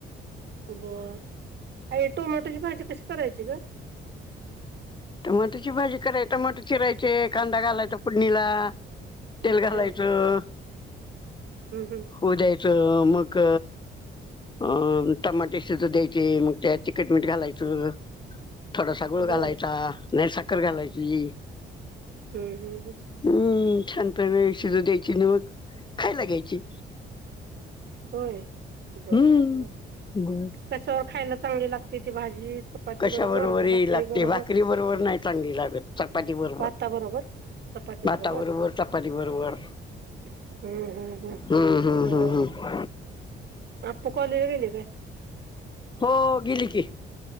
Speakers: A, on the right; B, on the left.
A: बर आय टोमॅटोची भाजी कशी करायची ग?
B: टमाटोची भाजी कराय टमाटो चिरायचे. कांदा घालायचा फोडणीला तेल
A: बर
B: घालायचं
A: हम्म हम्म
B: उध्यायचं. नमक. अं टमाटे सुद्धा द्यायचे, मग त्यात तिखटमीठ घालायचं. थोडा सा गुळ घालायचा.
A: बर
B: नाही साखर घालायची.
A: हम्म. हम्म. हम्म.
B: हम्म छानपणे शिजू द्यायची न मग खायला घ्यायची.
A: होय. बर-बर
B: हम्म बर
A: कशावर खायला चांगली लागते ती भाजी. चपाती
B: कशा बरोबर
A: का
B: ही
A: भाकरी
B: लागते.
A: बरोबर?
B: भाकरी बरोबर नाही चांगली लागत चपाती बरोबर
A: भाता बरोबर. चपाती
B: भाता
A: बरोबर
B: चपाती बरोबर
A: हम्. हम्.
B: हम्म हम्म
A: ह बर.
B: हम्म हम्म
A: अप्पू कॉलेज गेले काय?
B: हो गेली की.